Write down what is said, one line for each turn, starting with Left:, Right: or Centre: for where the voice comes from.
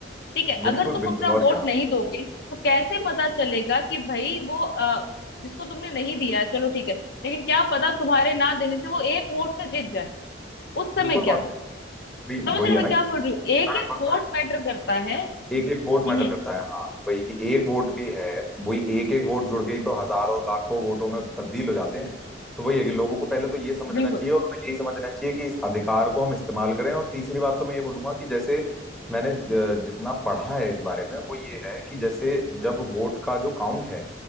Left: ठीक है अगर
Centre: बिल्कुल
Left: तुम
Centre: बिल्कुल
Left: अपना
Centre: और
Left: वोट
Centre: क्या
Left: नहीं दोगे तो कैसे पता चलेगा कि भाई वो अ, जिसको तुमने नहीं दिया है चलो ठीक है लेकिन क्या पता तुम्हारे ना देने से वो एक वोट से जीत जाए उस
Centre: बिल्कुल
Left: समय क्या
Centre: और क्या भाई
Left: समझ
Centre: वही
Left: रहे हो
Centre: है
Left: मैं
Centre: ना
Left: क्या
Centre: कि
Left: बोल रही हूँ
Centre: सस्ता
Left: एक
Centre: का
Left: एक
Centre: पड़ता
Left: वोट
Centre: है
Left: मैटर करता है
Centre: एक एक
Left: हम्म
Centre: वोट मैटर करता है हाँ वही कि एक वोट भी है वही एक एक वोट जुड़ के ही तो हजारों लाखों वोटों में तब्दील हो जाते हैं तो वही है कि लोगों को पहले तो ये समझना
Left: बिल्कुल
Centre: चाहिए और उन्हें यही समझना चाहिए कि इस अधिकार को हम इस्तेमाल करें और तीसरी बात तो मैं ये बोलूंगा कि जैसे मैंने अ, जितना पढ़ा है इस बारे में वो ये है कि जैसे जब वोट का जो काउंट है